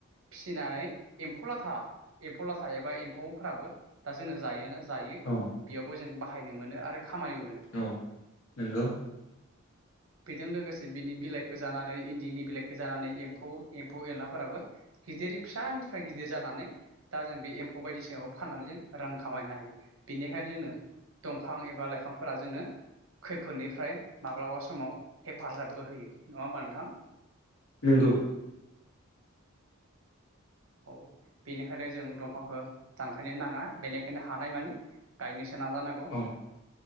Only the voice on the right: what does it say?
फिसिनाय एम्फौ लाथा एम्फौ लाथ एबा एम्फौफोराबो दा जोंनो जायोना जायो
बेयावबो जों बा बाहायनो मोनो आरो खामानिबो मोनो
बेजों लोगोसे बिनि बिलाइखौ जानानै इन्दिनि बिलाइखौ जानानै एम्फौ एम्फौ एनलाफोराबो गिदिर फिसानिफ्राय गिदिर जानानै दा जों बे एम्फौ बायदिसिनाखौ फाननानै जों रां खामायनो हायो बिनिखायनो जोंनो दंफां एबा लाइफांफोरा जोंनो खैफोदनिफ्राय माब्लाबा समाव हेफाजाबबो होयो नङा होमबा नोंथां?
औ बेनिखायनो जों दंफांखौ दानफायनो नाङा बेनिखायनो हानाय मानि गायनोसो नाजा नांगौ